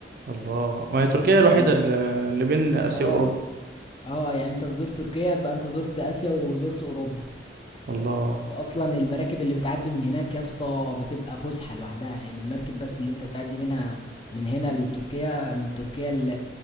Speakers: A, on the right; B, on the left.
A: الله وهي تركيا الوحيدة
B: يعني
A: اللي اللي بين اسيا
B: آه
A: واوروبا
B: آه يعني أنت تزور تركيا يبقى أنت زرت آسيا وزرت أوروبا
A: الله
B: وأصلا المراكب اللي بتعدي من هناك يا اسطى بتبقى فسحة لوحدها يعني المركب بس اللي أنت بتعدي منها من هنا لتركيا من تركيا ال-